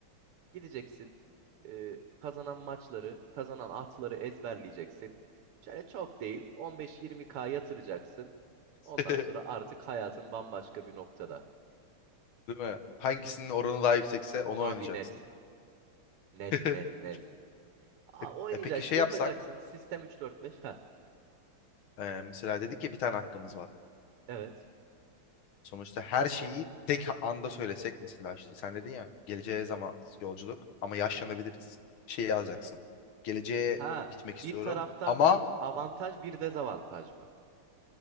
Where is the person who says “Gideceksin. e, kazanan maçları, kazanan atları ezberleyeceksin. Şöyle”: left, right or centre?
Right